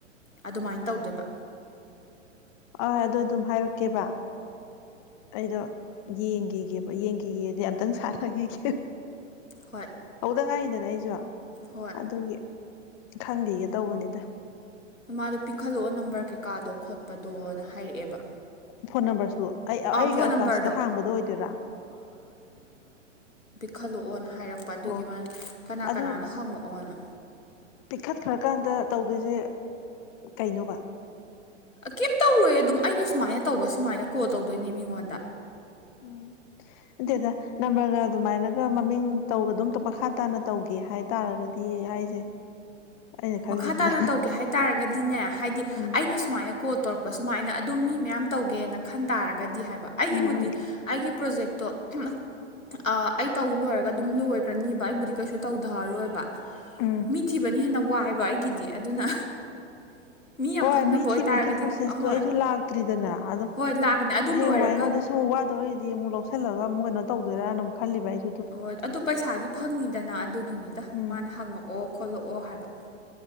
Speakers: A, on the left; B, on the left.
A: ꯑꯗꯨꯃꯥꯏꯅ ꯇꯧꯗꯣꯏꯕ
B: ꯑ ꯑꯗꯨꯗ ꯑꯗꯨꯝ ꯍꯥꯏꯔꯛꯀꯦꯕ ꯑꯩꯗꯣ ꯌꯦꯡꯈꯤꯒꯦꯕ ꯌꯦꯡꯈꯤꯒꯦꯗ ꯑꯇꯪ ꯁꯥꯟꯅꯈꯤꯒꯦꯕ
A: ꯍꯣꯏ
B: ꯍꯧꯗꯉꯥꯏꯗꯅ ꯑꯩꯁꯨ
A: ꯍꯣꯏ
B: ꯑꯗꯨꯒꯤ ꯈꯪꯈꯤꯒꯦ ꯇꯧꯕꯅꯤꯗ
A: ꯃꯥꯗꯣ ꯄꯤꯈꯠꯂꯛꯑꯣ ꯅꯝꯕꯔ ꯀꯩꯀꯥꯗꯣ ꯈꯣꯠꯄꯗꯣꯅ ꯍꯥꯏꯔꯛꯑꯦꯕ
B: ꯐꯣꯟ ꯅꯝꯕꯔꯁꯨ ꯑꯩ ꯑꯩꯒꯤ
A: ꯑꯥ ꯐꯣꯟ
B: ꯑꯦꯀꯥꯎꯟꯁꯤꯗ
A: ꯅꯝꯕꯔꯗꯣ
B: ꯍꯥꯡꯕꯗꯣ ꯑꯣꯏꯗꯣꯏꯔꯥ
A: ꯈꯜꯂꯛꯑꯣꯅ ꯍꯥꯏꯔꯛꯄ ꯑꯗꯨꯒꯤ
B: ꯑꯣ
A: ꯃꯥꯅ ꯀꯅꯥ
B: ꯑꯗꯨ
A: ꯀꯅꯥꯅꯣ ꯍꯪꯉꯛꯑꯣꯅ
B: ꯄꯤꯛꯈꯠꯈ꯭ꯔꯀꯥꯟꯗ ꯇꯧꯗꯣꯏꯁꯦ ꯀꯩꯅꯣꯕ
A: ꯀꯩꯝ ꯇꯧꯔꯨꯏ ꯑꯗꯨꯝ ꯑꯩꯅ ꯁꯨꯃꯥꯏꯅ ꯇꯧꯕ ꯁꯨꯃꯥꯏꯅ ꯀꯣꯜ ꯇꯧꯗꯣꯏꯅꯤ ꯃꯤꯉꯣꯟꯗ
B: ꯎꯝ ꯅꯠꯇꯦꯗ ꯅꯝꯕꯔꯒ ꯑꯗꯨꯃꯥꯏꯅꯒ ꯃꯃꯤꯡ ꯇꯧꯒ ꯑꯗꯨꯝꯇ ꯃꯈꯥ ꯇꯥꯅ ꯇꯧꯒꯦ ꯍꯥꯏꯇꯥꯔꯒꯗꯤ ꯑꯦ ꯍꯥꯏꯁꯦ ꯑꯩꯅ ꯈꯜꯂꯤꯁꯤꯅ
A: ꯃꯈꯥ ꯇꯥꯅ ꯇꯧꯒꯦ ꯍꯥꯏ ꯇꯥꯔꯒꯗꯤꯅꯦ ꯍꯥꯏꯗꯤ
B: ꯎꯝ
A: ꯑꯩꯅ ꯁꯨꯃꯥꯏꯅ ꯀꯣꯜ ꯇꯧꯔꯛꯄ ꯁꯨꯃꯥꯏꯅ ꯑꯗꯨꯝ ꯃꯤ ꯃꯌꯥꯝ ꯇꯧꯒꯦꯅ ꯈꯟ ꯇꯥꯔꯒꯗꯤ ꯍꯥꯏꯕ ꯑꯩꯒꯤꯕꯨꯗꯤ
B: ꯎꯝ ꯎꯝ
A: ꯑꯩꯒꯤ ꯄ꯭ꯔꯣꯖꯦꯛ ꯇꯣ ꯑ ꯑꯩ ꯇꯧ ꯂꯣꯏꯔꯒ ꯑꯗꯨꯝ ꯂꯣꯏꯈ꯭ꯔꯅꯤꯕ ꯑꯩꯕꯨꯗꯤ ꯀꯩꯁꯨ ꯇꯧꯊꯔꯔꯣꯏꯕ
B: ꯎꯝ
A: ꯃꯤ ꯊꯤꯕꯅ ꯍꯦꯟꯅ ꯋꯥꯏꯑꯦꯕ ꯑꯩꯒꯤꯗꯤ ꯑꯗꯨꯅ ꯌꯥꯝ
B: ꯍꯣꯏ
A: ꯈꯪꯅꯕ
B: ꯃꯤ
A: ꯑꯣꯏꯇꯥꯔꯒꯗꯤ
B: ꯊꯤꯕꯒꯤ ꯄ꯭ꯔꯣꯁꯦꯁꯇꯣ
A: ꯑꯍꯣꯏ
B: ꯑꯩꯁꯨ ꯂꯥꯛꯇ꯭ꯔꯤꯗꯅ ꯑꯗꯣ
A: ꯍꯣꯏ ꯂꯥꯛꯀꯅꯤ ꯑꯗꯨ
B: ꯍꯌꯦꯡꯋꯥ
A: ꯂꯣꯏꯔꯒ
B: ꯑꯩꯉꯣꯟꯗ ꯁꯨꯝ ꯋꯥꯗꯣꯔꯗꯤ ꯑꯃꯨꯛ ꯂꯧꯁꯤꯜꯂꯒ ꯑꯃꯨꯛ ꯀꯩꯅꯣ ꯇꯧꯗꯣꯏꯔꯥꯅ ꯑꯃꯨꯛ ꯈꯜꯂꯤꯕ ꯑꯩꯁ
A: ꯍꯣꯏ ꯑꯗꯣ ꯄꯩꯁꯥꯗꯤ ꯐꯪꯉꯤꯗꯅ ꯑꯗꯨꯒꯤꯅꯤꯗ
B: ꯎꯝ
A: ꯃꯥꯅ ꯍꯪꯉꯛꯑꯣ ꯈꯣꯠꯂꯛꯑꯣ ꯍꯥꯏꯕ